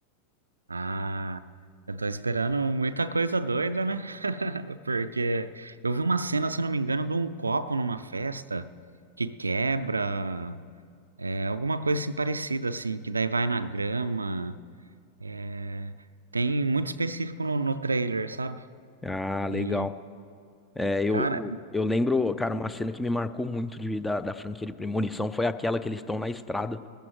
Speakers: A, on the right; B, in the centre.
A: Ah, eu tô esperando muita coisa doida, né? <laughs> Porque eu vi uma cena, se eu não me engano, de um copo numa festa que quebra, é, alguma coisa assim parecida, assim, que daí vai na grama. É, tem muito específico no, no trailer, sabe?
B: Ah, legal.
A: E,
B: É, eu,
A: cara,
B: eu, eu lembro, cara, uma cena que me marcou muito de, da, da franquia de Premonição foi aquela que eles estão na estrada